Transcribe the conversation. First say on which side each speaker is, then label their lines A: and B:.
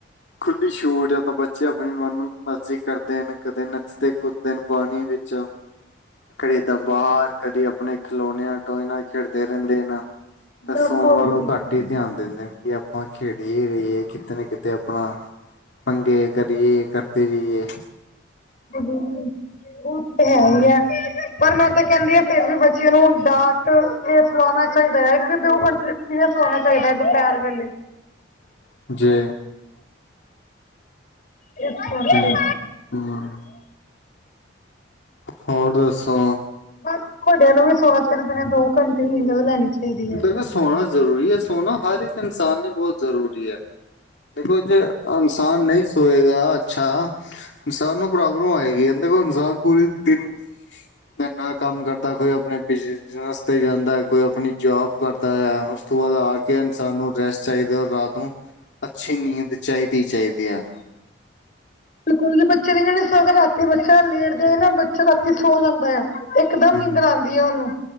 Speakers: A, on the left (about 65°); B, on the left (about 45°).
A: ਖੁੱਲੀ ਛੂਟ ਏ, ਤਾਂ ਬੱਚੇ ਆਪਣੀ ਮਨ-ਮਰਜ਼ੀ ਕਰਦੇਨ, ਕਦੇ ਨੱਚਦੇ-ਕੁੱਦਦੇਨ। ਪਾਣੀ ਵਿੱਚ। ਘਰੇ ਤਾ ਬਾਹਰ, ਕਦੇ ਆਪਣੇ ਖਿਲੋਣਿਆਂ, ਟੋਏ ਨਾਲ ਖੇਡਦੇ ਰਹਿੰਦੇ ਨਾ। ਤਿ
B: ਬਿਲਕੁਲ
A: ਸੋਣ ਵੱਲੋਂ,
B: ਬਿਲਕੁਲ
A: ਘੱਟ ਹੀ ਧਿਆਨ ਦੇੰਦੇਨ ਕਿ ਆਪਾਂ ਖੇਡੀਏ ਰਹੀਏ, ਕਿਤੇ ਨਾ ਕਿਤੇ ਆਪਣਾ ਪੰਗੇ, ਕਦੀ ਏ ਕਰਦੇ ਰਈਏ।
B: ਹੂੰ, ਹੋਰ। ਓ ਤੇ ਹੈਹੀ
A: ਹਾਂ,
B: ਹੈ, ਪਰ ''ਮੈਂ ਤਾਂ ਕਹਿੰਦੀ ਆ ਫਿਰ ਵੀ ਬੱਚਿਆਂ ਨੂੰ, ਡਾਟ ਇਹ ਫਲਾਉਣਾ ਚਾਹੀਦਾ, ਇੱਕ-ਦੋ ਘੰਟੇ ਕਿਵੇਂ ਸੋਣਾ ਚਾਹੀਦਾ ਹੈ ਦੁਪਹਿਰ ਵੇਲੇ।
A: ਜੇ।
B: ਕੇ ਸੁਣਕੇ
A: ਤੇ ਹਮ, ਹੋਰ ਦੱਸੋ।
B: ਬਸ ਤੁਹਾਡਿਆਂ ਨੂੰ ਵੀ ਸੋਹਣਾ ਚਾਇਦਾ ਦਿਨੇ ਦੋ ਘੰਟੇ ਨਿਂਦਰ ਲੈਣੀ ਚਾਹੀਦੀ ਹੈ।
A: ਦੇਖੋ ਸੋਣਾ ਜ਼ਰੂਰੀ ਹੈ ਸੋਣਾ ਹਰ ਇੱਕ ਇਨਸਾਨ ਲਈ ਬਹੁਤ ਜ਼ਰੂਰੀ ਹੈ। ਜੇ ਕੁਝ ਇਨਸਾਨ ਨਹੀਂ ਸੀ। ਹੋਏਗਾ ਅੱਛਾ ਇਨਸਾਨ ਨੂੰ ਪ੍ਰੋਬਲਮ ਆਏਗੀ ਕਿੰਦੇ ਕੋਲ ਇਨਸਾਨ ਪੂਰੀ ਦਿਨ। ਇੰਨਾ ਕੰਮ ਕਰਦਾ ਕੋਈ ਆਪਣੇ ਬਿਜਨਸ ਦੇ ਰਸਤੇ ਜਾਂਦਾ। ਕੋਈ ਆਪਣੀ ਜੋਬ ਕਰਦਾ ਹੈ ਉਸ ਤੋਂ ਬਾਅਦ ਆ ਕੇ ਇਨਸਾਨ ਨੂੰ ਰੈਸਟ ਚਾਹੀਦਾ ਔਰ ਰਾਤ ਨੂੰ। ਅੱਛੀ ਨੀਂਦ ਚਾਈ ਦੀ ਚਾਈ ਦੀ ਆ।
B: ਬਿਲਕੁਲ ਜੇ ਬੱਚੇ ਦਿਨੇ ਨਈ ਸੋਇਗਾ, ਰਾਤੀ ਬੱਚਾ ਲੇਟ ਜੇ ਨਾ ਬੱਚਾ ਰਾਤੀ ਸੌ ਜਾਂਦਾ ਯਾ। ਇਕਦਮ
A: ਹਮ
B: ਨੀਂਦਰ ਆਉਂਦੀ ਆ ਔਹਨੂੰ